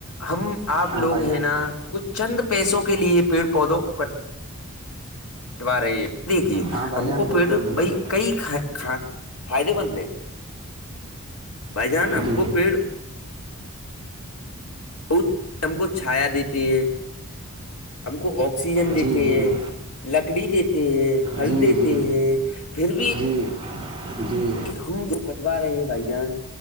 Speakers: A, on the left (about 85°); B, on the right (about 25°).
A: ہم آپ
B: ہاں
A: لوگ
B: بھائی
A: ہیں
B: جان
A: نا کچھ چند پیسوں کے لیے پیڑ پودوں کو کٹ وا رہی ہے دیکھیے
B: ہاں بھائی
A: ہم
B: جان
A: کو
B: بالکل
A: پیڑ
B: بالکل
A: بئی کئی کھ فائدے مند ہے بھ جان ہم
B: جی
A: کو پیڑ بت ہم کو چھایا دیتی ہے ہم کو آکسیجن دیتے
B: جی جی
A: ہیں لکڑی دیتے ہیں پھل
B: جی
A: دیتے
B: جی
A: ہیں پھر بھی
B: جی جی
A: ہ تو کٹوا رہے ہیں بھائی جان